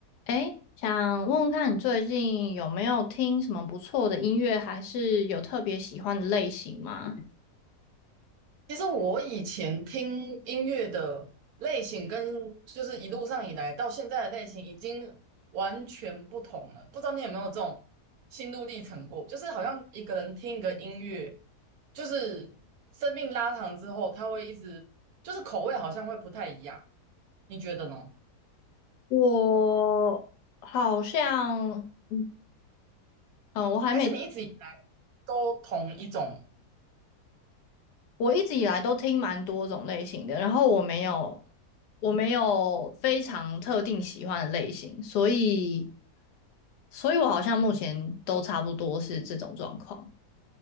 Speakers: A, on the left (about 80°); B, on the right (about 70°).
A: 诶，想问问看你最近有没有听什么不错的音乐，还是有特别喜欢的类型吗？
B: 其实我以前听音乐的类型跟就是一路上以来到现在的类型已经完全不同了，不知道你有没有这种心路历程过？就是好像一个人听一个音乐，就是生命拉长之后，他会一直就是口味好像会不太一样，你觉得呢？
A: 我好像，嗯，呃我还没，
B: 还是你一直以来都同一种？
A: 我一直以来都听蛮多种类型的，然后我没有，我没有非常特定喜欢的类型，所以，所以我好像目前都差不多是这种状况。